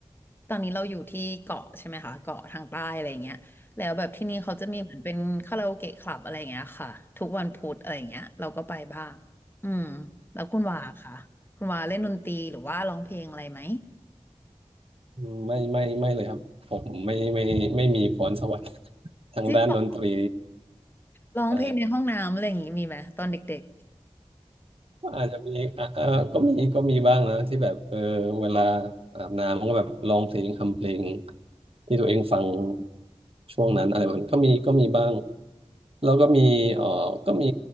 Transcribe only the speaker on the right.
อืมไม่ไม่ไม่เลยครับผมไม่ไม่ไม่มีพรสวรรค์ <laughs> ทางด้านดนตรี
ใช่ อาจจะมีอ่ะเอ่อก็มีก็มีบ้างนะที่แบบเออเวลาอาบน้ำก็แบบร้องเพลงทำเพลงที่ตัวเองฟังช่วงนั้นอะไรแบบนี้ก็มีก็มีบ้างแล้วก็มีเออก็มี